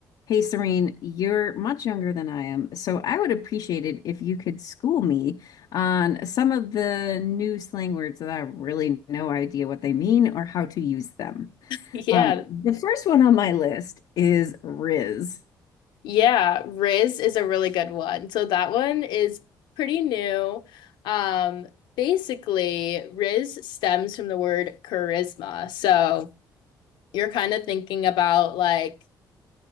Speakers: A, on the left (about 70°); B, on the left (about 90°).
A: Hey, Serene, you're much younger than I am, so I would appreciate it if you could school me on some of the new slang words that I have really no idea what they mean or how to use them.
B: Yeah.
A: Um, the first one on my list is Riz.
B: Yeah. Riz is a really good one. So that one is pretty new. Um, basically, Riz stems from the word charisma. So you're kind of thinking about like